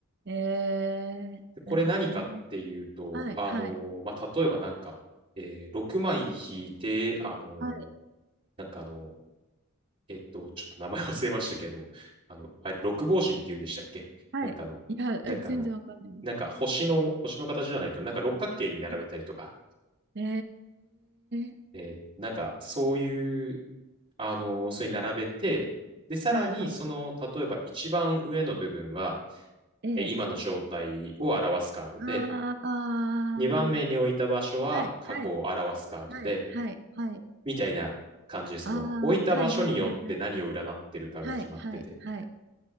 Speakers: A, on the right; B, on the right.
A: えー、
B: でこれ何かっていうと、
A: なんか全然。はいはい
B: あの、まあ、例えばなんか、えー6枚引いて、あの、
A: はい。
B: なんかあの、えっと、ちょっと名前忘れましたけれども、あの、あれ、六芒人って言うんでしたっけなんかあの、
A: はい。いや、
B: なんかあの、
A: え全然わかんないです。
B: なんか星の、星の形じゃないけど、なんか六角形に並べたりとか、
A: はい。えー、
B: えーなんか、そういう、あのーそれに並べて、で、さらに、
A: はいはい。
B: その、例えば一番上の部分は、
A: ええ
B: えー今の状態を表すカードで、
A: ああ
B: 2番目に置いた場所は過去を表すカードで、
A: ー、はいはいはいはいはい。
B: みたいな感じで、その、
A: あ
B: 置いた場所によって何を占ってるかが決まってて、
A: あ、はいはいはいはい。はいはいはい。